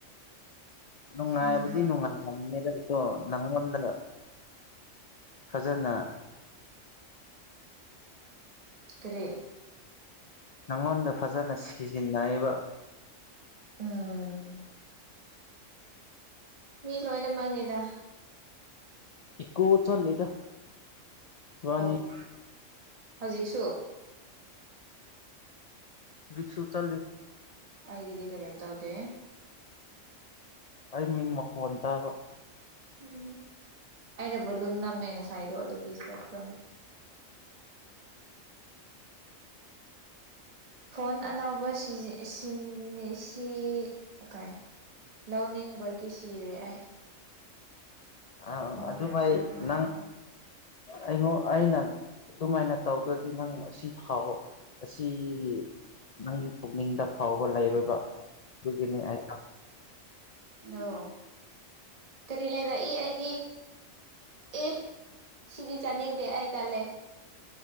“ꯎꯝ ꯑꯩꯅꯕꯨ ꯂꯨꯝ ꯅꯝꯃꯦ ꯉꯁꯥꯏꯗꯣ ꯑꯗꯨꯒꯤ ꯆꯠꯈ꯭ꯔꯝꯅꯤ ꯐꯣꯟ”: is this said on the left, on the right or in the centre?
Right